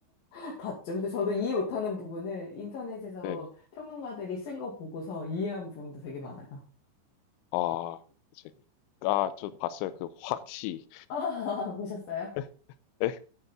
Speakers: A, on the left; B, on the left.
A: <laughs> 봤죠. 근데 저도 이해 못하는 부분을 인터넷에서
B: 네네.
A: 평론가들이 쓴 거 보고서 이해한 부분도 되게 많아요.
B: 아. 제 아 저 봤어요. 그 확시.
A: 아, <laughs> 보셨어요?
B: 네, 근데